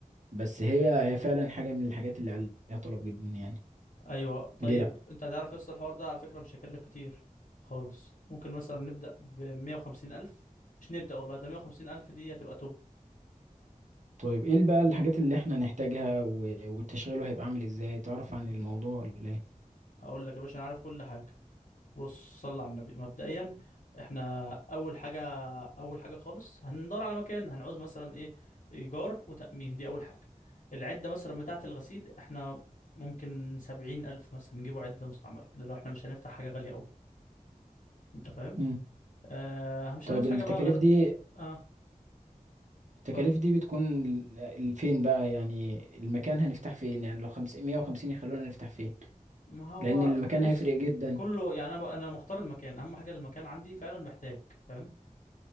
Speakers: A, on the right; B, on the left.
A: بس هي هي فعلا حاجة من الحاجات اللي عليها طلب جدا يعني
B: ايوه طيب
A: ليه لا
B: انت هتعرف يس الحوار ده على فكره مش هيكلف كتير خالص ممكن مثلا نبدا ب 150 الف مش نبدا والله ده 150 الف دي هتبقى توب
A: طيب ايه بقى الحاجات اللي احنا نحتاجها و- والتشغيله هيبقى عامل ازاي تعرف عن الموضوع ولا ايه
B: هقول لك يا باشا انا عارف كل حاجه بص صل على النبي مبدئيا احنا اول حاجه اول حاجه خالص هندور على مكان هنعوز مثلا ايه ايجار وتامين دي اول حاجه العده مثلا بتاعه الغسيل احنا ممكن 70 الف مثلا نجيبوا عده مستعمله ده لو احنا مش هنفتح حاجه غاليه قوي انت فاهم
A: مم.
B: آه مش
A: طيب
B: هنعوز
A: التكاليف
B: حاجه بقى غير اه
A: دي
B: آه،
A: التكاليف
B: اتفضل
A: دي بتكون ل- فين بقى يعني المكان هنفتح فين يعني لو 550 يخلونا نفتح فين
B: ما هو
A: لان المكان
B: بص
A: هيفرق جدا
B: ك- كله يعني انا ب- انا مختار المكان اهم حاجه المكان عندي فعلا محتاج فاهم